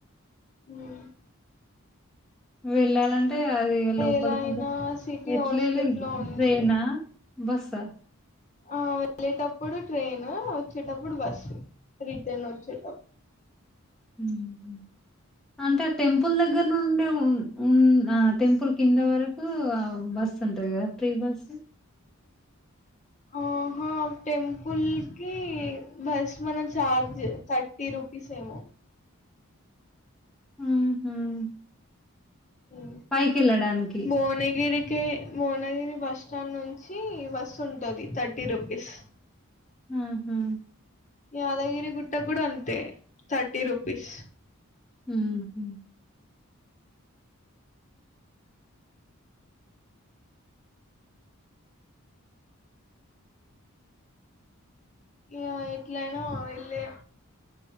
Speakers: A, on the left; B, in the centre.
A: ఉమ్మ్
B: వెళ్ళాలంటే అది లోపలికుంటే
A: ఎలా అయినా సిటీ
B: ఎట్లేల్లిండ్రు
A: ఔట్స్కట్‌లో ఉంది.
B: ట్రైనా బస్సా
A: ఆ వెళ్ళేటప్పుడు ట్రైన్ వచ్చేటప్పుడు బస్సు రిటర్న్ వచ్చేట
B: ఉమ్మ్ అంటే ఆ టెంపుల్ దగ్గర నుండి ఉమ్ ఆ టెంపుల్ కింద వరకు బస్సు ఉంటది కదా ఫ్రీ బస్సు
A: ఆహా టెంపుల్‌కి బస్ మనం చార్జ్ థర్ టి రూపీస్ ఏమో
B: మ్మ్ఉహ్మ్
A: ఉమ్మ్
B: పైకెళ్లడానికి
A: భువనగిరికి భువనగిరి బస్ స్టాండ్ నుంచి బస్ ఉంటది థర్టీ రూపీస్
B: ఆహా
A: యాదగిరి గుట్టకి కూడా అంతే థర్టీ రుపీస్
B: మ్మ్ఉహ్మ్
A: ఇగ ఎట్లయినా వెళ్ళి